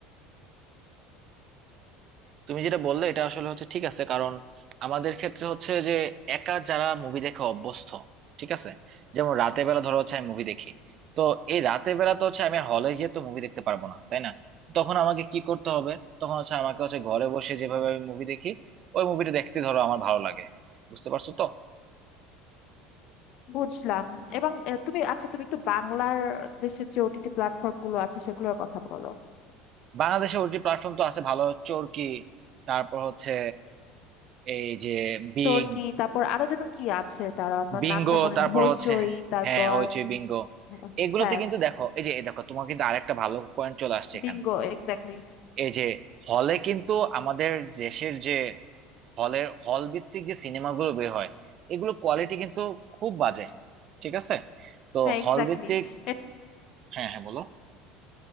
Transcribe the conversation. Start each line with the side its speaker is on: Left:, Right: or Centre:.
Right: তুমি যেটা বললে এটা আসলে হচ্ছে ঠিক আছে কারণ আমাদের ক্ষেত্রে হচ্ছে যে একা যারা মুভি দেখে অভ্যস্ত ঠিক আছে যেমন রাতে বেলা ধরো হচ্ছে আমি মুভি দেখি তো এই রাতে বেলা তো হচ্ছে আমি হলে গিয়ে তো মুভি দেখতে পারবো না তাই না তখন আমাকে কি করতে হবে তখন হচ্ছে আমাকে হচ্ছে ঘরে বসে যেভাবে আমি মুভি দেখি ওই মুভিটা দেখতে ধরো আমার ভালো লাগে বুঝতে পারছো তো
Left: বুঝলাম এবং আহ, তুমি আচ্ছা তুমি একটু বাংলার দেশের যে ওটিটি প্ল্যাটফর্ম গুলো আছে সেগুলোর কথা বলো
Right: বাংলাদেশে ওটি প্ল্যাটফর্ম তো আছে ভালো চরকি তারপর হচ্ছে এই যে বিং
Left: চরকি তারপর আরো যেন কি আছে দাঁড়া আমার
Right: বিঙ্গো
Left: নামটা মনে
Right: তারপর
Left: নেই হইচই
Right: হচ্ছে
Left: তারপর
Right: হ্যাঁ হইচই বিঙ্গো
Left: উম,
Right: এগুলোতে
Left: হ্যাঁ
Right: কিন্তু দেখো এই যে এই দেখো তোমার কিন্তু আরেকটা ভালো পয়েন্ট চলে আসছে এখানে
Left: বিঙ্গো এক্স্যাক্টলি
Right: এই যে হলে কিন্তু আমাদের দেশের যে হলের হল ভিত্তিক যে সিনেমাগুলো বের হয় এগুলো কোয়ালিটি কিন্তু খুব বাজে ঠিক আছে তো
Left: হ্যাঁ এক্স্যাক্টলি
Right: হল ভিত্তিক
Left: এর
Right: হ্যাঁ হ্যাঁ বলো